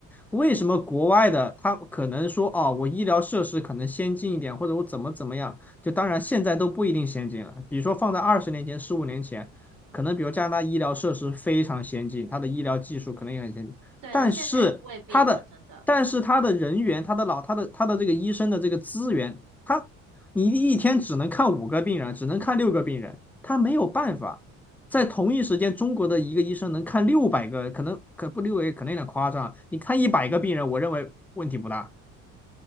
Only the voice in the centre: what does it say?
为什么国外的他可能说哦，我医疗设施可能先进一点，或者我怎么怎么样？就当然现在都不一定先进了。比如说放在二十年前、十五年前，可能比如加拿大医疗设施非常先进，它的医疗技术可能也很先进，
但是它的但是它的人员、
它的老、它的它的这个医生的这个资源，他你一天只能看五个病人，只能看六个病人，他没有办法。
在同一时间，中国的一个医生能看六百个，可能可不六百可能有点夸张，你看一百个病人，我认为问题不大。